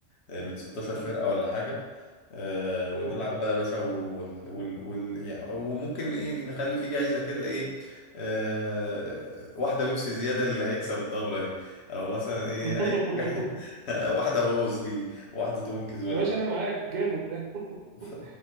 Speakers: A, on the left; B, on the right.
A: آه، من 16
B: مم.
A: فرقة ولا حاجة آه، ونلعب
B: حلو برضه
A: بقى يا باشا وال... وال... وال... يعني وممكن ايه نخلي في جايزة كده ايه آه، واحدة بيبسي زيادة اللي هيكسب الدورة دي او مثلا ايه
B: <laughs>
A: اي <laughs> واحدة هوز ليه واحدة تونكز ولا
B: يا باشا انا معاك جامد ده <laughs>
A: ف-